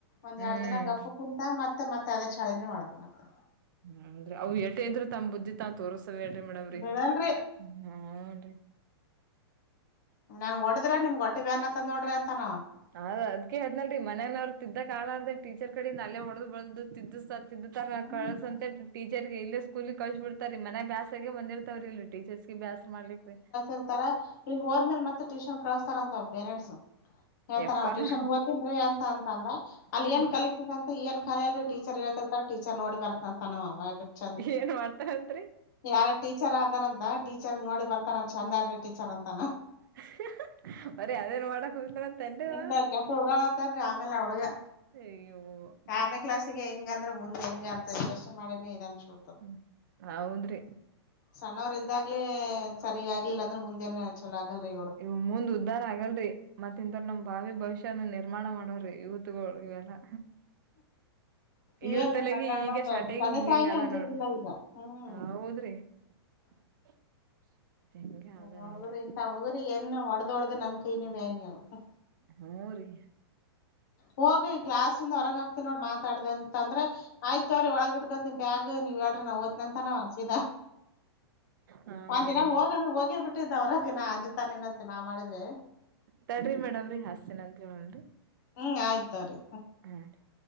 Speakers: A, on the left; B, on the right.
A: ಒಂದ್
B: ಹ್ಮ್
A: ಎರಡ್ ದಿನ ಗಪ್ಪ ಕುಂತ ಮತ್ತೆ ಮತ್ತೆ ಅದೇ ಚಾಳಿನೇ ಮಾಡ್ದ ಮತ್ತೆ
B: ಹ್ಮನ್ರಿ ಅವು ಏಟೆ ಇದ್ರರು ತಮ್ಮ್ ಬುದ್ಧಿ ತಾ ತೋರ್ಸಲ್ಡರಿ ಮೇಡಮ್ರಿ
A: ಬಿಡಲ್ರಿ
B: ಹ್ಮ ನ್ರಿ
A: ನನ್ಗ ಹೊಡದ್ರೆ ನಿಮ್ಗೆ ಹೊಟ್ಟೆ ಬೇನಂತ ನೋಡ್ರಿ ಅಂತನ ಅವ
B: ಅದ್ ಅದ್ಕೆ ಅದ್ನಲ್ರರಿ ಮನೇನ ಅವ್ರು ತಿದ್ದ ಕಾಣಾರದ ಟೀಚರ್ ಕಡಿಂದ ಅಲ್ಲೇ ಹೊಡ್ದ ಬಡ್ದು ತಿದಿಸ್ತಾರೆ ತ ತಾರ
A: ಹ್ಮ್
B: ಕಳ್ಸ ಅಂತ ಟೀಚರ್ಗೆ ಇಲ್ಲ ಸ್ಕೂಲ್ಗ್ ಕಳ್ಸ್ ಬಿಡ್ತಾರೀ ಮನಗ ಬ್ಯಾಸಾಗೆ ಬಂದಿರ್ತವ್ರರಿ ಇಲ್ಲಿ ಟೀಚರ್ಸಗೆ ಬ್ಯಾಸ್ರ ಮಾಡ್ಲಿಕ್ಕೆ <unintelligible>
A: ಇರ್ತಾರ ಇಲ್ಲಿ ಹೋದ್ಮೇಲೆ ಮತ್ತೆ ಟ್ಯೂಷನ್ ಕಳಸ್ತಾರಂತ ಅವ್ರ್ ಪೇರೆಂಟ್ಸ್ ಯತರ
B: ಯಪ್ಪಾ
A: ಟ್ಯೂಷನ್ ಒತಿಂದ್ರಿ ಅಂತ ಅಂತ ಅಂದ ಅಲ್ಲಿ
B: ಹ್ಮ್
A: ಏನ್ ಕಲಿತೀರ ಅಂತ ಏನ್ ಕಲಿಯಲ್ಲ ಅ ಟೀಚರ್ ಹೇಳ್ತಿರ್ತಾರೆ ಟೀಚರ್ ನೋಡಿ ಬರ್ತವಿ <unintelligible> <unintelligible> ಚಂದ
B: ಏನ್ ಮಾಡ್ತಾರಂತ್ರಿ
A: ಯಾರ ಟೀಚರ್ ಆದಾರಂತ ಟೀಚರ್ಗ್ ನೋಡಿ ಬರ್ತಾನ್ ಚಂದಾರ ಟೀಚರ್ ಅಂತಾನ
B: <unintelligible> ಬರಿ ಅದೇನ್ ಮಾಡಕ್ ಹೋಗ್ತಾರಂತನ್ರಿ ಅವ
A: ಇಂತ ಕೆಸ ಹುಡುಗಾಳತಾರೀ ಆಮೇಲೆ ಹುಡುಗ
B: ಅಯ್ಯೋ ಹ್ಮ್
A: ಆರ್ನೇ ಕ್ಲಾಸ್ಗೆ ಹೆಂಗ ಅಂದ್ರೆ ಮುಂದ್ ಹೆಂಗ ಅಂತ ಯೋಚನೆ ಮಾಡೇನೆ ಇ <unintelligible>
B: ಹ್ಮ್ ಹೌದ್ರಿ
A: ಸಣ್ಣವ್ರ ಇದ್ದಾಗ್ಲಿ ಸರಿಗ್ಗ್ಲಿಲ್ಲ ಅಂದ್ರೆ ಮುಂದೆನ ಚಲೋ ಆಗ್ <unintelligible>
B: ಇವು ಮುಂದ್ ಉದ್ಧಾರ ಆಗಲ್ರಿ ಮತ್ ಇಥರ ನಮ್ ಬಾವಿ ಭವಿಷ್ಯನ ನಿರ್ಮಾಣ ಮಾಡವ್ರಿ ಯೂತ್ಗಳು ಇವೆಲ್ಲಾ
A: ಇವೇನ್ರೀ
B: ಇವ್ರ ತಲೆಗಿ
A: ಮನ್ಯಾಗ
B: ಈಗ
A: ಮಾಡ್ತಾವ
B: ಶಾರ್ಟಿಗ
A: ತಂದೆ
B: ಹಿಂಗ
A: ತಾಯಿನೇ
B: ಹಿಂಗ ಅದ
A: ಅಂಜಂಗಿಲ್ಲ
B: ನೋಡ್ರಿ
A: ಈಗ ಹ್ಮ್
B: ಹ ಹೌದ್ರಿ
A: <inaudible>
B: <inaudible>
A: ಎಲ್ಲ
B: ಅದ
A: ಹುಡ್ಗರು
B: ನೋಡ್ರಿ
A: ಇಂತಥ ಹುಡಗುರ್ನ ಒಡ್ದ ಒಡ್ದ ನಮ್ ಕೈನ ಬೇನಿ ಅಗ್ಯವು
B: ಹ್ಮ್ ರೀ
A: ಹೋಗಿ ಈ ಕ್ಲಾಸ್ ಇಂದ ಹೊರಗ ಹಾಕ್ತಿನ ನೋಡ್ ಮಾತಾಡ್ದ ಅಂತಂದ್ರೆ ಆಯ್ತ ತವ್ರಿ ಒಳಗ ಇಟ್ಕೋತಿನಿ ಬ್ಯಾಗ್ ನೀವ ಹೇಳ್ರರಿ ನಾವ್ ಹೋತೀವಿ ಅಂತನ ಇದಾ
B: ಹಾ
A: ಒಂದಿನ
B: ರೀ
A: ಹೋಗ್ ಅಂದ್ರೆ ಹೋಗೇ ಬಿಟ್ಟಿದ್ದ ಒರಗೆ ಅಂದ ತಾನೇನಂತ ನಾವ್ ಮಾಡಿದ್ರೆ
B: ತಡ್ರಿ ಮೇಡಮ್ರಿ ಹಾಸ್ತಿನ ಅಂತ ಹೊಳ್ರಿ
A: ಹ್ಮ್ ಆಯ್ತ ತೋರಿ
B: <unintelligible>